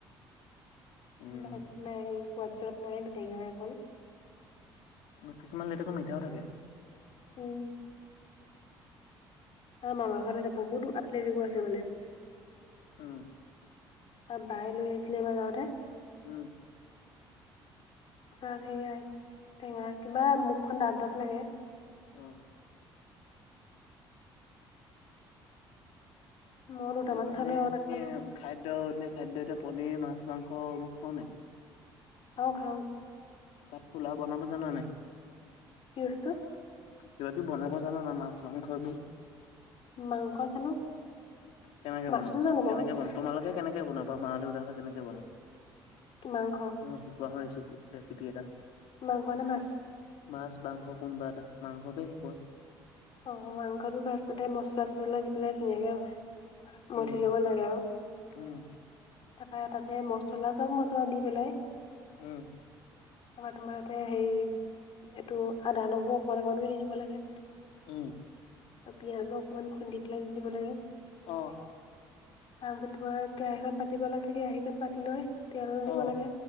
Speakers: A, on the left; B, on the left.
A: উম,
B: মাত নাই, সোৱাদ - চুৱাদ নাই, টেঙা অকল।
A: কিছুমান লেটেকু মিঠাও থাকে।
B: উম। আমাৰ মামা ঘৰত আছে, বহুতো আত লেটেকু আছে মানে।
A: উম।
B: বাৰ বায়ে লৈ আহিছিলে এইবাৰ যাওঁতে।
A: উম।
B: চব সেইয়াই, টেঙা, কিবা মুখখন ডাঠ ডাঠ লাগে।
A: অ'।
B: মই দুটামান
A: এনে পনিৰ
B: খালো আৰু নাখালো
A: এ খাদ্য নে খাদ্য এতিয়া পনিৰ, মাছ-মাংস এইবোৰ খোৱা নাই?
B: খাওঁ খাওঁ।
A: তাত ফুলাও বনাব জান নাই?
B: কি বস্তু?
A: কিবা কিবি বনাব জান না মাছ, মাংস এইবোৰ?
B: মাংস জানো
A: কেনেকে
B: মাছো
A: বনায়,
B: জানো
A: কেনেকে
B: বাৰু
A: বনা তোমালোকে কেনেকে বনোৱা বা মা-দেউতাহঁতে কেনেকে বনায়?
B: মাংস
A: মানে কোৱা হয় ৰেচিপি- ৰেচিপি এটা।
B: মাংস নে মাছ?
A: মাছ, মাংস কোনবা এটা, মাংসকে শিকোৱা।
B: অ' মাংসটো ফাষ্টতে মছলা-চচলা দি পেলাই ধুনীয়াকে মঠি
A: উম
B: ল'ব লাগে আৰু।
A: উম
B: তাৰপা তাতে মছলা- চব মছলা দি পেলাই
A: উম।
B: এবাৰ তোমাৰ তাতে হে এইটো আদা, নহৰু অকমান অকমান কে দি দিব লাগে।
A: উম।
B: পিয়াজো অকণমান খুন্দি পেলাই দি দিব লাগে।
A: অ'।
B: তাৰপিছত তোমাৰ কেৰাহীখন পাতিব লাগে, কেৰাহীখন পাতি লৈ তেল
A: অ
B: দিব লাগে,